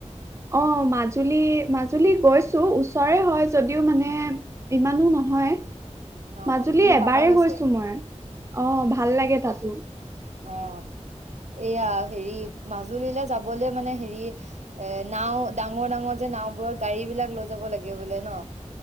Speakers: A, on the right (about 25°); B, on the right (about 70°).
A: অ' মাজুলী, মাজুলী গৈছোঁ ওচৰৰে হয় যদিও মানে ইমানো নহয়।
B: অ
A: মাজুলী
B: মোৰ
A: এবাৰেই
B: পাপা গৈছে
A: গৈছোঁ মই, অ ভাল লাগে তাতো।
B: অ', এয়া হেৰি মাজুলীলৈ যাবলৈ মানে হেৰি নাওঁ, ডাঙৰ ডাঙৰ যে নাওঁবোৰত গাড়ীবিলাক লৈ যাব লাগে বোলে ন?